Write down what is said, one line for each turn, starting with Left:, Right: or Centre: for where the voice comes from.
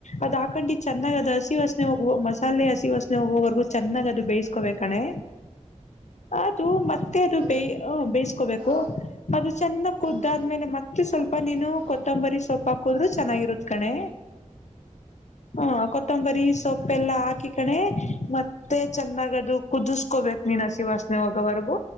Left: ಅದ್ ಹಾಕೊಂಡು ಚೆನ್ನಾಗ ಹಸಿ ವಾಸನೆ ಹೋಗ ಮಸಾಲೆ ಹಸಿ ವಸನೆ ಹೋಗುವರೆಗೂ ಚೆನ್ನಾಗ ಅದು ಬೇಯಸ್ಕೋಬೇಕಣೆ ಅದು ಮತ್ತೆ
Right: ಹೌದು
Left: ಅದು ಬೇಯ ಹ ಬೇಯಿಸ್ಕೋಬೇಕು
Right: ಹೌದು
Left: ಅದು ಚೆನ್ನ ಕುದ್ದಾದ್ಮೇಲೆ
Right: ಹೌದು
Left: ಮತ್ತೆ ಮತ್ತೆ ಸ್ವಲ್ಪ ನೀನು
Right: ಹಾ,
Left: ಕೊತ್ತಂಬರಿ ಸೊಪ್ ಹಾಕದ್ರು ಚೆನ್ನಾಗಿರುತ್ ಕಣೆ ಹಾ ಕೊತ್ತಂಬರಿ ಸೊಪ್ಪ ಎಲ್ಲಾ ಹಾಕ ಕಣೆ ಮತ್ತ ಮತ್ತೆ ಚೆನ್ನಾಗದು ಕುದಿಸಕೋಬೇಕು ನೀನು ಹಸಿ ವಸನೆ ಹೋಗುವರೆಗೂ